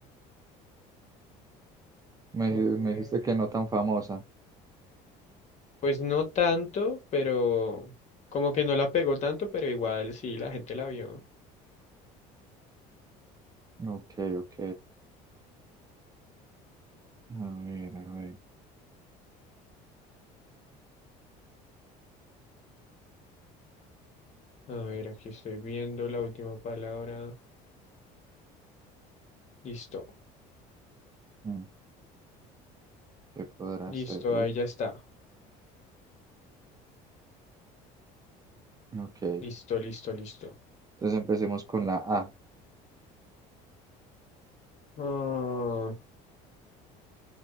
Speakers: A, on the right; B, on the left.
A: Me,
B: A
A: di- me
B: ver.
A: dijiste que no tan famosa.
B: Pues no tanto, pero como que no la pegó tanto, pero igual sí, la gente la vio.
A: Ok, ok. A ver, a ver.
B: A ver, aquí estoy viendo la última palabra. Listo,
A: Mm, ¿Qué podrá
B: listo,
A: ser? Uy.
B: ahí ya está.
A: Ok.
B: Listo, listo, listo.
A: Entonces empecemos con la A.
B: Ah,